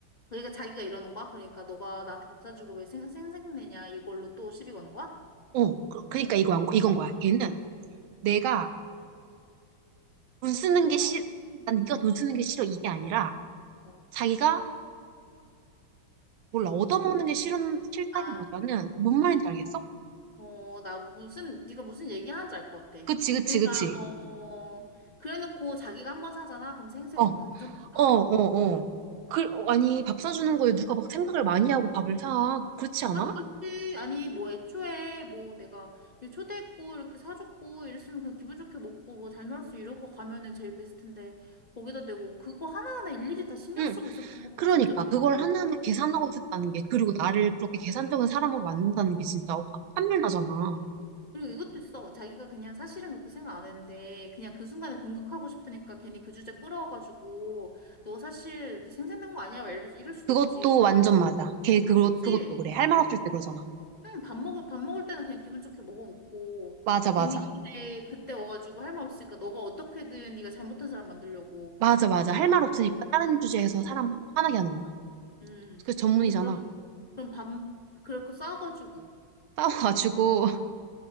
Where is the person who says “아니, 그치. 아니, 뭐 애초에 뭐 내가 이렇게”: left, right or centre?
Left